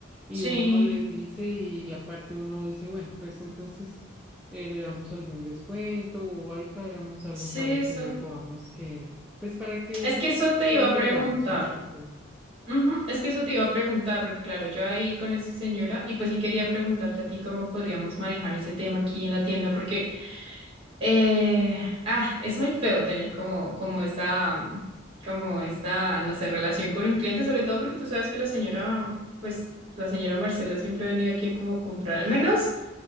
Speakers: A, in the centre; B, on the right.
A: y
B: sí,
A: uno les dice y aparte uno dice, bueno, pues entonces eh, le damos algún descuento o ahí cuadramos algo
B: sí,
A: para
B: eso.
A: que podamos que, pues para que
B: Es
A: no
B: que
A: nos,
B: eso te
A: no
B: iba a
A: perdamos
B: preguntar.
A: más que tú.
B: Ujú, Es que eso te iba a preguntar, porque claro, yo ahí con esa señora, y pues sí quería preguntarte a ti cómo podríamos manejar ese tema aquí en la tienda, porque eh, ah, es muy feo tener como, como esa, mm, como esta, no sé, relación con un cliente, sobre todo porque tú sabes que la señora, pues la señora Marcela siempre ha venido aquí a como comprar, al menos